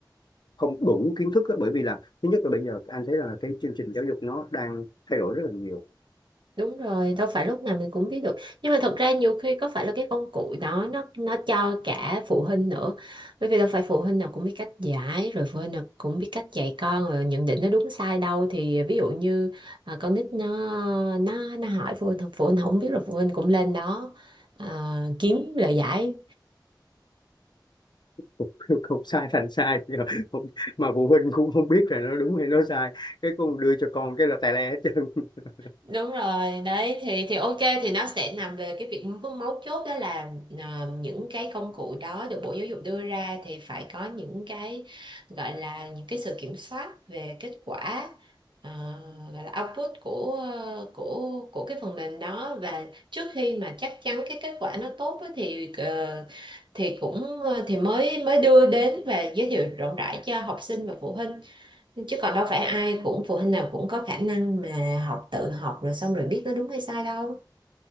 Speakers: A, on the left (about 65°); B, on the right (about 85°).
A: không đủ kiến thức á, bởi vì là thứ nhất là bây giờ anh thấy là cái chương trình giáo dục nó đang thay đổi rất là nhiều
B: đúng rồi đâu phải lúc nào mình cũng biết được nhưng mà thật ra nhiều khi có phải là cái công cụ đó nó nó cho cả phụ huynh nữa bởi vì đâu phải phụ huynh nào cũng biết cách giải rồi phụ huynh nào cũng biết cách dạy con rồi nhận định nó đúng sai đâu thì ví dụ như à, con nít nó nó nó hỏi phụ huynh phụ huynh không biết rồi phụ huynh cũng lên đó à, kiếm lời giải
A: <laughs> không sai thành sai <laughs> Nhưng mà Không- mà phụ huynh cũng không biết là nó đúng hay nó sai cái con đưa cho con cái là tài le hết trơn <laughs>
B: Đúng rồi, đấy thì thì ok thì nó sẽ nằm về cái việc mấu mấu chốt đó là ờ, những cái công cụ đó được Bộ Giáo dục đưa ra thì phải có những cái gọi là những cái sự kiểm soát về kết quả ờ, gọi là output của ờ, của của cái phần mềm đó và trước khi mà chắc chắn cái kết quả nó tốt á thì ờ, thì cũng ờ, thì mới mới đưa đến và giới thiệu rộng rãi cho học sinh và phụ huynh chứ còn đâu phải ai cũng phụ huynh nào cũng có khả năng mà học tự học rồi xong rồi biết nó đúng hay sai đâu